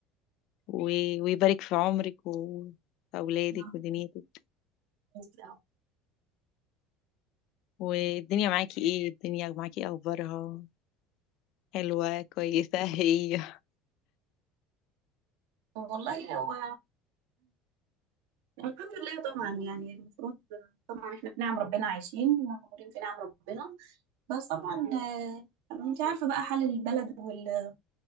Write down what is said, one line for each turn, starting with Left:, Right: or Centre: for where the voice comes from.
Left: و- ويبارك في عمرك و- وأولادك
Right: إحنا
Left: ودنيتك
Right: فيها.
Left: والدنيا معاكي ايه الدنيا معاكي إيه اخبارها حلوة كويسة <laughs> هي
Right: والله هو الحمد لله طبعا يعني المفروض طبعا احنا في نعم ربنا عايشين مغمورين في نعم ربنا بس طبعا آه، انت عارفة بقى حال البلد وال...